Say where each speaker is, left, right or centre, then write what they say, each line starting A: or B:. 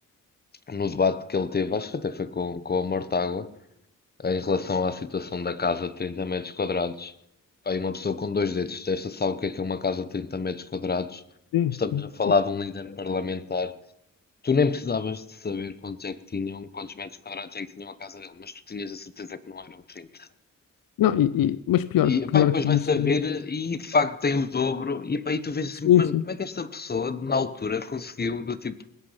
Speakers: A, on the left; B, on the left.
A: no debate que ele teve, acho que até foi com, com a Mortágua, em relação à situação da casa de 30 metros quadrados. Aí uma pessoa com dois dedos de testa sabe o que é que é uma casa de 30 metros quadrados.
B: Sim,
A: Estamos
B: sim.
A: a falar de um líder parlamentar. Tu nem precisavas de saber quantos é que tinham, quantos metros quadrados é que tinham a casa dele, mas tu tinhas a certeza que não eram trinta
B: Não, e, e- mas pior,
A: E,
B: pior
A: pá, e depois
B: que
A: vai
B: isso.
A: saber, e de facto tem o dobro, e, pá, e tu vês assim,
B: Sim,
A: mano,
B: sim.
A: como é que esta pessoa, na altura, conseguiu, do tipo,